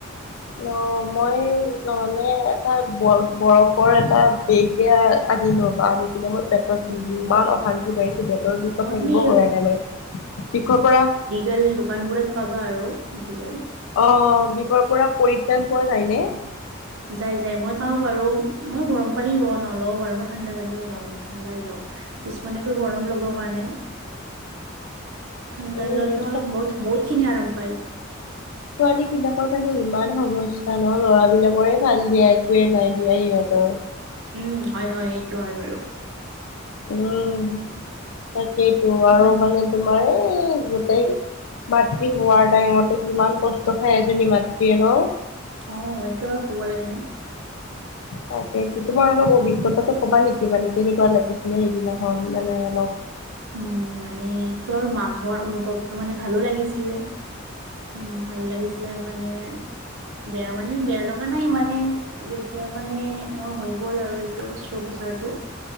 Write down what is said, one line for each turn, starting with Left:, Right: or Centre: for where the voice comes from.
Left: অ' মই নহলে এটা বৰফৰ এটা বেগ এয়া আনিম ৰবা আনি কিনে মই পেতত
Right: উম
Left: ইমান অশান্তি পাইিছো পেতৰ বিষত
Right: অ
Left: থাকিব
Right: তুমি
Left: পৰা নাই মানে বিষৰ পৰা
Right: লোকেল দোকান বোৰত পাবা আৰু মেডিকেল।
Left: অ, বিষৰ পৰা পৰিত্ৰাণ পোৱা যায় নে?
Right: যাই, যাই, মই পাও বাৰু মই গৰম পানী লওঁ নলও বাৰু মই ঠাণ্ডা পানীয়ে যে য্য লওঁ মই ঠাণ্ডা লওঁ কিছুমানেকৈ গৰম ল'ব কাৰণে ঠাণ্ডা
Left: উম
Right: ললে মলপ বু বহুত খিনি আৰাম পায়
Left: ছোৱালী বিলাকৰ মানে ইমান ইমান সমস্যা ন ল'ৰাবলাকৰে ভাল দিয়া একোৱে নাই দিয়া সিহতৰ।
Right: উম, হয হয়, এইটো হয় বাৰু।
Left: উম, তাকেইতো আৰু
Right: বাকী
Left: মানে তোমাৰ এই গো এই মাতৃ হোৱাৰ টাইমতো কিমান কষ্ট খাই এজনী মাতৃয়ে ন।
Right: অ', এইটো আৰু ক'ব লাগে নে।
Left: তাকেটো তোমাৰ অলপ অভিজ্ঞতাটো
Right: সেইটোৱে।
Left: কবা নেকি মানে কেনেকুৱা লাগিছিলে সেইদিনাখন মানে অলপ
Right: উম, মানে সেইটো আৰু মাকহৰ অনুভৱটো মানে ভালো লাগিছিলে। উম, ভাল লাগিছিলে মানে বেয়া মানে বেয়া লগা নাই মানে যেতিয়া মানে মোৰ হৈ গ'ল আৰু এইটো অস্ৰোপচাৰটো